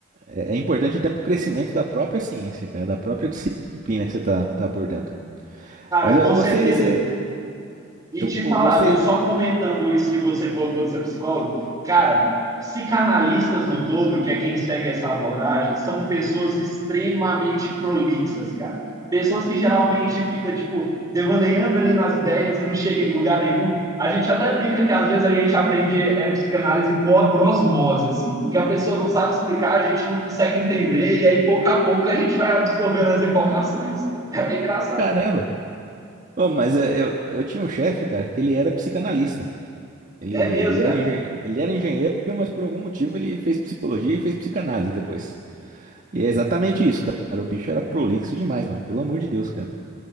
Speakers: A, on the right; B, on the right.
A: é é importante até para o crescimento da própria ciência, cara, da própria disciplina que você está tá tá abordando.
B: Cara,
A: Mas eu,
B: com
A: eu
B: certeza.
A: gostei desse.
B: E
A: Eu
B: te
A: go-
B: falar,
A: gostei.
B: viu? Só comentando isso que você colocou de ser psicólogo, cara, psicanalistas no todo, que é quem segue essa abordagem, são pessoas extremamente prolixas, cara. Pessoas que geralmente ficam tipo, devaneando ali nas ideias e não chegam em lugar nenhum. A gente até brinca que às vezes a gente aprende é, psicanálise com a prosmose, assim, porque a pessoa não sabe explicar, a gente não consegue entender, e aí pouco a pouco a gente vai absorvendo as informações. É bem engraçado.
A: Caramba! Ô, mas é, eu, eu tinha um chefe, cara, que ele era psicanalista. Ele,
B: É
A: ele
B: mesmo,
A: era
B: cara.
A: engen- ele era engenheiro, mas por algum motivo ele fez psicologia e fez psicanálise depois. E é exatamente isso, cara. O bicho era prolixo demais, mano. Pelo amor de Deus, cara.